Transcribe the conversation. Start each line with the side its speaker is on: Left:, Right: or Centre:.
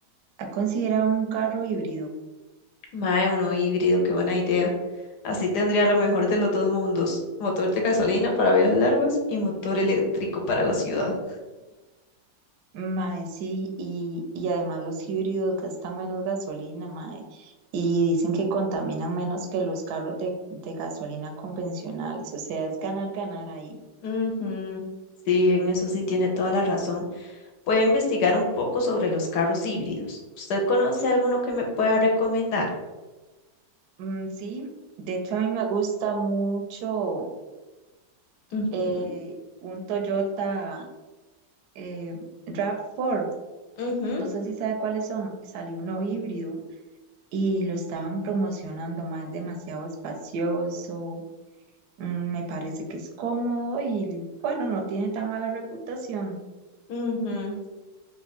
Right: ¿Ha considerado un carro híbrido?
Left: Mae, uno híbrido, qué buena idea. Así tendría lo mejor de los dos mundos. Motor de gasolina para viajes largos y motor eléctrico para la ciudad.
Right: Mae, sí, y, y además los híbridos gastan menos gasolina, mae, y dicen que contaminan menos que los carros de, de gasolina convencionales, o sea, es ganar, ganar ahí.
Left: Ujú. Sí, en eso sí tiene toda la razón. Voy a investigar un poco sobre los carros híbridos. ¿Usted conoce alguno que me pueda recomendar?
Right: Mm, sí, de hecho a mí me gusta mucho
Left: Ujú,
Right: eh, un Toyota eh, RAV4,
Left: ujú,
Right: no sé si sabe cuáles son, salió uno híbrido y lo estaban promocionando, más demasiado espacioso Mm, Me parece que es cómodo y bueno, no tiene tan mala reputación.
Left: ujú.